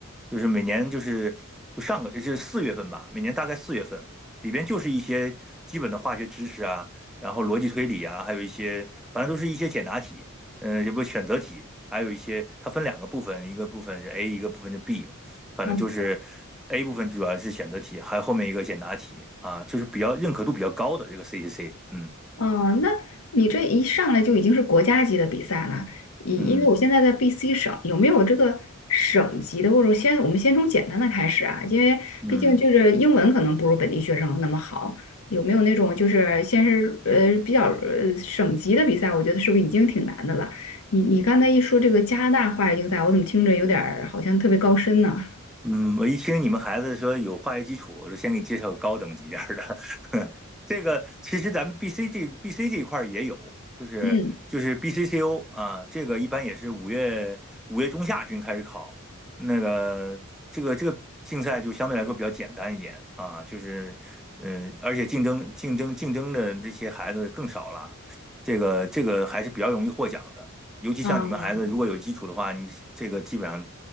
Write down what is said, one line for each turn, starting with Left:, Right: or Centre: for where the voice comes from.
Centre: 就是每年就是就上个是四月份吧，每年大概四月份里边就是一些基本的化学知识啊，然后逻辑推理啊，还有一些反正都是一些简答题，嗯、也不选择题，还有一些它分两个部分，一个部分是 A，一个部分是 B，反正就是
Left: 嗯。
Centre: A 部分主要是选择题，还有后面一个简答题啊，就是比较认可度比较高的这个 CCC，嗯
Left: 哦，那你这一上来就已经是国家级的比赛了，因因为我现在在
Centre: 嗯
Left: BC 省，有没有这个省级的，或者先我们先从简单的开始啊？因为毕竟就是英文可能不如本地学生那么好，
Centre: 嗯。
Left: 有没有那种就是先是呃比较呃省级的比赛？我觉得是不是已经挺难的了？你你刚才一说这个加拿大化学竞赛，我怎么听着有点儿好像特别高深呢？
Centre: 嗯，我一听你们孩子说有化学基础，我就先给你介绍个高等级点儿的。<laughs> 这个其实咱们 BC 这 BC 这一块儿也有，就是就是
Left: 嗯，
Centre: BCCO 啊，这个一般也是五月五月中下旬开始考。那个这个这个竞赛就相对来说比较简单一点啊，就是嗯，而且竞争竞争竞争的这些孩子更少了，这个这个还是比较容易获奖的。尤其像你们孩子，
Left: 哦，
Centre: 如果有基础的话，你这个基本上，